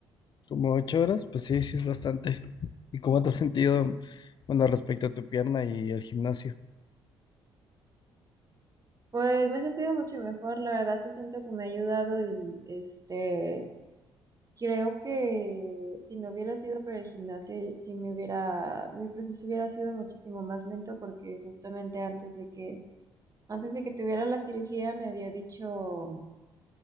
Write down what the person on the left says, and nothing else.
¿Como ocho horas? Pues sí, sí es bastante. ¿Y cómo te has sentido, bueno, respecto a tu pierna y el gimnasio?